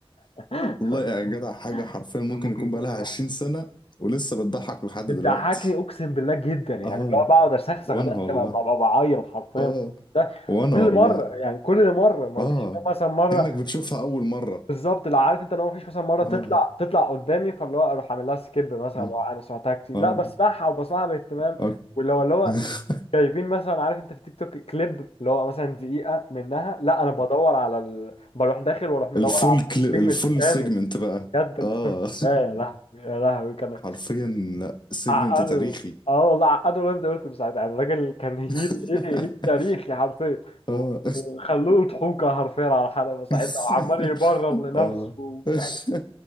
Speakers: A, on the left (about 75°); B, on the left (about 50°).
A: <laughs>
B: والله يا جدع حاجة حرفيا ممكن
A: كان ممكن
B: يكون
A: يكون
B: بقالها
A: بقى
B: 20 سنة ولسه بتضحك لحد
A: بتضحكني
B: دلوقتي
A: اقسم بالله جدا يعني
B: اه
A: اللي هو بقعد اسخسخ
B: وانا
A: ده
B: والله
A: كما ببقى بعيط حرفيا
B: اه
A: ده
B: وانا
A: كل
B: والله
A: مره يعني كل مره ما
B: اه
A: فيش مثلا مره
B: كأنك بتشوفها أول مرة
A: بالظبط لا عارف انت لو مفيش مثلا مره
B: اه
A: تطلع تطلع قدامي فاللي هو اروح اعمل لها سكيب مثلا
B: اه
A: لو انا سمعتها كتير
B: اه,
A: لا بسمعها وبسمعها باهتمام
B: آه.
A: واللي هو اللي هو
B: <laughs>
A: جايبين مثلا عارف انت في تيك توك كليب اللي هو مثلا دقيقه منها لا انا بدور على ال... بروح داخل واروح مدور
B: الفول
A: على
B: كلي...
A: السيجمنت
B: الفول
A: كامل
B: سيجمنت بقى
A: بجد اقسم
B: اه
A: بالله يا لهوي يا لهوي
B: <laughs>
A: كان
B: حرفيا لا سيجمنت
A: عقده
B: تاريخي
A: اه والله عقده راندي اورتون ساعتها يعني الراجل كان هيل
B: <laughs>
A: ايه هيل تاريخي حرفيا وخلوه
B: اه
A: ضحوكه حرفيا على الحلبه ساعتها
B: <laughs>
A: وعمال يبرر لنفسه
B: اه
A: ومش
B: <laughs>
A: عارف